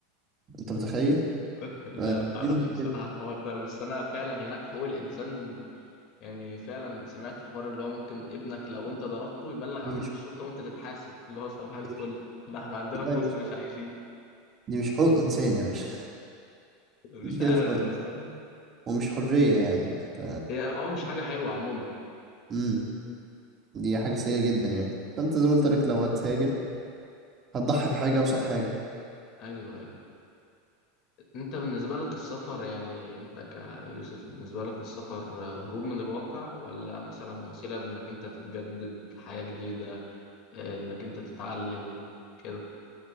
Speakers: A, on the right (about 30°); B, on the left (about 45°).
A: انت متخيل
B: <laughs> لا
A: فدي
B: ما أعرفش
A: المشكلة
B: بصراحة الحوار ده بس أنا فعلا هناك حقوق الإنسان يعني فعلا سمعت حوار اللي هو ممكن ابنك لو انت ضربته يبلغ
A: دي
B: عنك
A: مش
B: الشرطة وانت تتحاسب اللي هو صباح الفل
A: دي مش
B: ده احنا عندنا
A: لا
B: في
A: يا
B: مصر
A: باشا
B: مش عايشين
A: دي مش حقوق انسان يا باشا
B: مش
A: دي كده
B: عارف
A: مش حقوق إنسان.
B: بصراحة
A: ومش حرية يعني انت
B: هي اه مش حاجة حلوة عموما
A: امم دي حاجة سيئة جدا يعني فانت زي ما قلت لك لو هتهاجر هتضحي بحاجة قصاد حاجة
B: ايوه ايوه انت بالنسبة لك السفر يعني انت كيوسف بالنسبة لك السفر آه، هروب من الواقع ولا مثلا وسيلة لانك انت تتجدد حياة جديدة آه، انك انت تتعلم كده